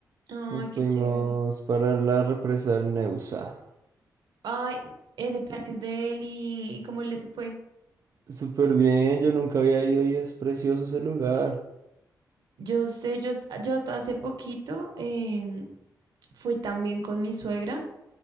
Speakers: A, on the right; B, on the right.
A: Ay,
B: Nos fuimos
A: qué chévere.
B: para la represa del Neusa.
A: Ay, ese plan es de él y, y cómo les fue.
B: Súper bien, yo nunca había ido y es precioso ese lugar.
A: Yo sé, yo hasta, yo hasta hace poquito em, fui también con mi suegra